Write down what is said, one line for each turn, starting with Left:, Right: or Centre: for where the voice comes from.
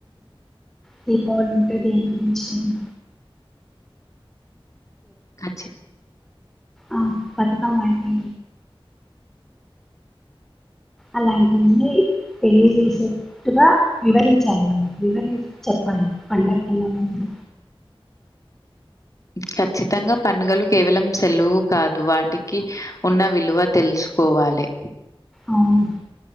Centre: దీపావళి ఉంటే దేని గురించి జరు
Left: కథ చెప్
Centre: ఆ పతకం అంటే అలాంటి ఇన్ని తెలియజేసేట్టుగా వివరించాలి వాళ్ళకి వివరించి చెప్పాలి పండగ కన్నా ముందు
Left: ఖచ్చితంగా పడుగలు కేవలం సెలవు కాదు వాటికి ఉన్న విలువ తెలుస్ కోవాలే
Centre: అవును